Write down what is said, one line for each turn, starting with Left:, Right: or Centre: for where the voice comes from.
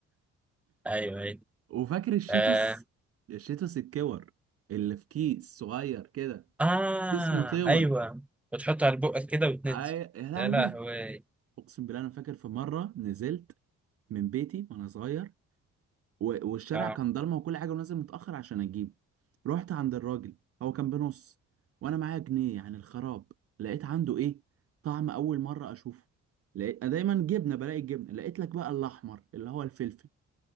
Centre: ايوه ايوه
Right: <laughs> وفاكر الشيتوس
Centre: آه.
Right: الشيتوس الكور اللي في كيس صغير كده
Centre: اه
Right: كيس مطول
Centre: ايوه وتحطها على بقك كده وتنزل
Right: أي... يا لهوي
Centre: يا لهوي
Right: اقسم بالله انا فاكر في مره نزلت من بيتي وانا صغير و- والشارع
Centre: اه
Right: كان ضلمه وكل حاجه ونازل متاخر عشان اجيبه رحت عند الراجل هو كان بنص وانا معايا جنيه يعني الخراب لقيت عنده ايه طعم اول مره اشوفه لقيت أنا دايما جبنه بلاقي الجبنه لقيت لك بقى الاحمر اللي هو الفلفل